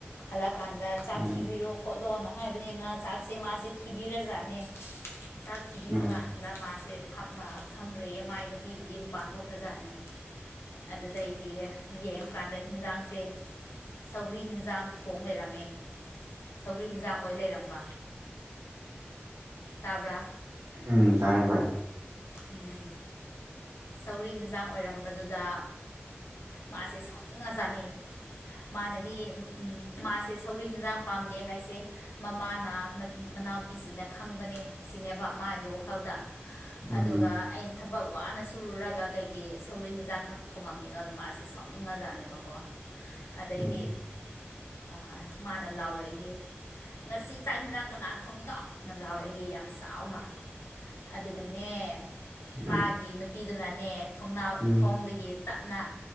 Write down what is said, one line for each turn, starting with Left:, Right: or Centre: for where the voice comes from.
Left: ꯍꯜꯂꯛꯑꯀꯥꯟꯗ ꯆꯥꯛ
Right: ꯎꯝ
Left: ꯊꯤꯕꯤꯔꯣ ꯈꯣꯠꯂꯣꯅ ꯍꯥꯏꯕꯅꯤꯅ ꯆꯥꯛꯁꯦ ꯃꯥꯁꯦ ꯊꯤꯕꯤꯔꯖꯥꯠꯅꯦ ꯆꯥꯛ ꯊꯤꯕꯤꯕ
Right: ꯎꯝ
Left: ꯀꯥꯟꯗ ꯁꯤꯗ ꯃꯥꯁꯦ ꯐꯝꯃ ꯐꯝꯒ꯭ꯔꯦꯌꯦ ꯃꯥꯏ ꯅꯨꯄꯤꯗꯨꯒꯤ ꯃꯄꯥꯟ ꯊꯣꯛꯈ꯭ꯔꯖꯥꯠꯅꯤ꯫ ꯑꯗꯨꯗꯩꯗꯤ ꯌꯦꯡꯀꯥꯟꯗ ꯍꯤꯟꯖꯥꯡꯁꯦ ꯁꯧꯒ꯭ꯔꯤ ꯍꯦꯟꯖꯥꯡ ꯊꯣꯡ ꯂꯩꯔꯝꯃꯦ꯫ ꯁꯧꯒ꯭ꯔꯤ ꯍꯟꯖꯥꯡ ꯑꯣꯏ ꯂꯩꯔꯝꯕ ꯇꯥꯕ꯭ꯔꯥ?
Right: ꯎꯝ ꯇꯥꯏ ꯍꯣꯏ꯫
Left: ꯎꯝ ꯁꯧꯒ꯭ꯔꯤ ꯍꯤꯟꯖꯥꯡ ꯑꯣꯏꯔꯝꯕꯗꯨꯗ ꯃꯥꯁꯦ ꯁꯥꯎꯅꯤꯡꯉꯖꯥꯠꯅꯤ ꯃꯥꯅꯗꯤꯎꯝ ꯃꯥꯁꯦ ꯁꯧꯒ꯭ꯔꯤ ꯍꯤꯟꯖꯥꯡ ꯄꯥꯝꯗꯦ ꯍꯥꯏꯁꯦ ꯃꯃꯥꯅ ꯃꯅꯥꯎꯅꯨꯄꯤꯁꯤꯡꯅ ꯈꯪꯕꯅꯦ ꯑꯁꯤꯅꯦꯕ ꯃꯥꯒꯤ ꯋꯥꯈꯜꯗ
Right: ꯎꯝ
Left: ꯑꯗꯨꯒ ꯑꯩꯅ ꯊꯕꯛ ꯋꯥꯅ ꯁꯨ ꯁꯨꯔꯨꯔꯒ ꯀꯩꯒꯤ ꯁꯧꯒ꯭ꯔꯤ ꯍꯟꯖꯥꯡꯈꯛ ꯊꯣꯡꯉꯝꯃꯤꯅꯣꯅ ꯃꯥꯁꯤ ꯁꯥꯎꯅꯤꯡꯉꯖꯥꯠꯅꯦꯕꯀꯣ ꯑꯗꯩꯗꯤ
Right: ꯎꯝ
Left: ꯑꯥ ꯃꯥꯅ ꯂꯥꯎꯔꯛꯏꯒꯦ ꯉꯁꯤ ꯆꯥꯛ ꯍꯤꯟꯖꯥꯡ ꯀꯅꯥꯅ ꯊꯣꯡꯏꯅꯣꯅ ꯂꯥꯎꯔꯛꯏꯌꯦ ꯌꯥꯝ ꯁꯥꯎꯅ꯫ ꯑꯗꯨꯒꯅꯦ
Right: ꯎꯝ
Left: ꯃꯥꯒꯤ ꯅꯨꯄꯤꯗꯨꯅꯅꯦ ꯊꯣꯡꯅꯥꯎ
Right: ꯎꯝ
Left: ꯊꯣꯡꯗꯒꯤ ꯇꯞꯅ